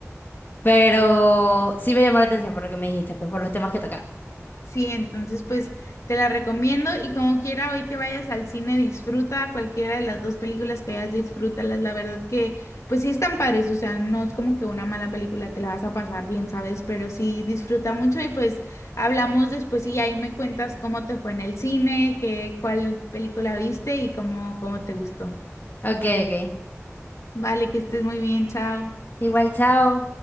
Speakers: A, on the left; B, on the left.
A: Pero sí me llamó la atención por lo que me dijiste, pues por los temas que toca.
B: Sí, entonces pues te la recomiendo y como quiera hoy que vayas al cine disfruta cualquiera de las dos películas que veas, disfrútalas. La verdad que pues sí están padres, o sea, no es como que una mala película te la vas a pasar bien, ¿sabes? Pero sí disfruta mucho y pues hablamos después y ahí me cuentas cómo te fue en el cine, qué, cuál película viste y cómo, cómo te gustó.
A: Ok, ok.
B: Vale, que estés muy bien, chao.
A: Igual, chao.